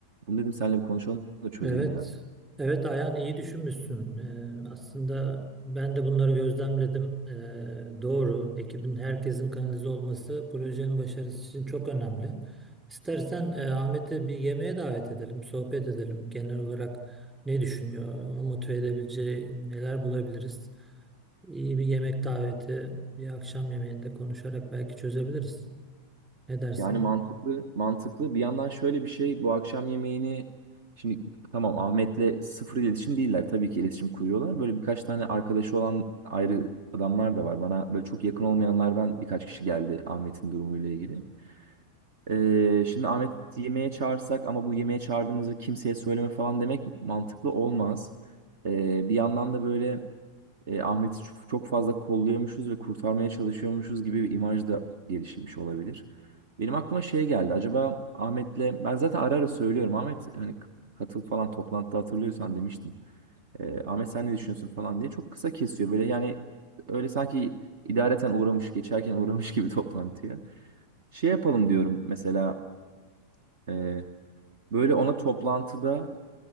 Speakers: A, on the right (about 50°); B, on the right (about 15°).
A: Bunu dedim seninle bir konuşalım da çözelim
B: Evet,
A: ya.
B: evet Ayhan iyi düşünmüşsün. Ee, aslında ben de bunları gözlemledim. Ee, doğru, ekibin herkesin kanalize olması projenin başarısı için çok önemli. İstersen e, Ahmet'i bir yemeğe davet edelim, sohbet edelim. Genel olarak ne düşünüyor, onu motive edebileceği neler bulabiliriz? İyi bir yemek daveti, bir akşam yemeğinde konuşarak belki çözebiliriz. Ne dersin?
A: Yani mantıklı, mantıklı. Bir yandan şöyle bir şey, bu akşam yemeğini şimdi tamam Ahmet'le sıfır iletişim değiller. Tabii ki iletişim kuruyorlar. Böyle birkaç tane arkadaşı olan ayrı adamlar da var. Bana böyle çok yakın olmayanlardan birkaç kişi geldi Ahmet'in durumuyla ilgili. Ee, şimdi Ahmet yemeğe çağırsak ama bu yemeğe çağırdığımızı kimseye söyleme falan demek mantıklı olmaz. Ee, bir yandan da böyle e, Ahmet'i çok çok fazla kolluyormuşuz ve kurtarmaya çalışıyormuşuz gibi bir imaj da gelişmiş olabilir. Benim aklıma şey geldi. Acaba Ahmet'le ben zaten ara ara söylüyorum. Ahmet hani k- katıl falan toplantıda hatırlıyorsan demiştim. E, Ahmet sen ne düşünüyorsun falan diye çok kısa kesiyor. Böyle yani öyle sanki idareten uğramış geçerken uğramış gibi <laughs> toplantıya. Şey yapalım diyorum mesela e, böyle ona toplantıda